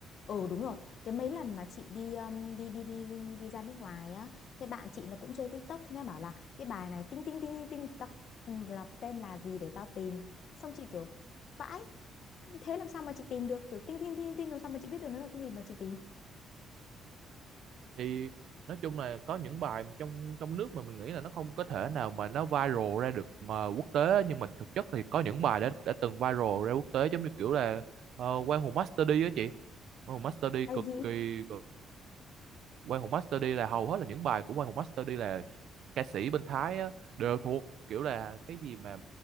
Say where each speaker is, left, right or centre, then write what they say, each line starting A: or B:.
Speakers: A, on the left; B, on the right.
A: Ừ đúng rồi, cái mấy lần mà chị đi um, đi đi đi đi ra nước ngoài á, thế bạn chị nó cũng chơi TikTok thế nó bảo là cái bài này tinh tinh tinh tinh tinh tao ừ, là tên là gì để tao tìm. Xong chị kiểu vãi, thế làm sao mà chị tìm được kiểu tinh tinh tinh tinh làm sao mà chị biết được nó là cái gì mà chị tìm.
B: thì nói chung là có những bài mà trong trong nước mà mình nghĩ là nó không có thể nào mà nó viral ra được ờ, quốc tế nhưng mà thực chất thì có những bài đã đã từng viral ra quốc tế giống như kiểu là uh, Quang Hùng Master D á chị Quang Hùng Master D
A: Bài
B: cực
A: gì?
B: kỳ cực- Quang Hùng Master D là hầu hết là những bài của Quang Hùng Master D là ca sĩ bên Thái á, đều thuộc kiểu là cái gì mà